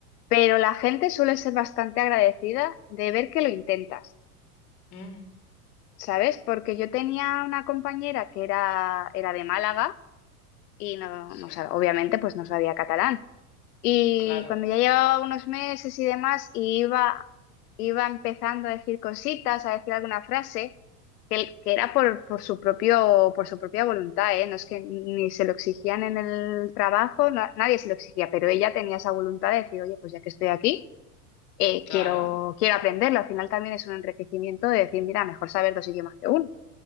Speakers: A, on the left; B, on the left.
A: pero la gente suele ser bastante agradecida de ver que lo intentas,
B: Mm,
A: ¿sabes? Porque yo tenía una compañera que era, era de Málaga y no,
B: sí,
A: no, sa- obviamente pues no sabía catalán. Y
B: claro,
A: cuando ya llevaba unos meses y demás, y iba, iba empezando a decir cositas, a decir alguna frase, que, que era por, por su propio, por su propia voluntad, ¿eh? No es que ni se lo exigían en el trabajo, na- nadie se lo exigía, pero ella tenía esa voluntad de decir, oye, pues ya que estoy aquí, eh,
B: claro.
A: quiero, quiero aprenderlo. Al final también es un enriquecimiento de decir, mira, mejor saber dos idiomas que uno.